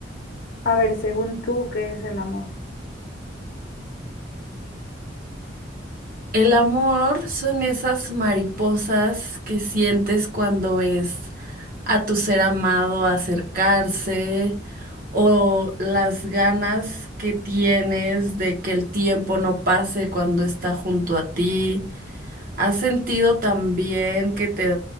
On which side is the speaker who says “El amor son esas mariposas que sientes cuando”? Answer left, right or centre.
Right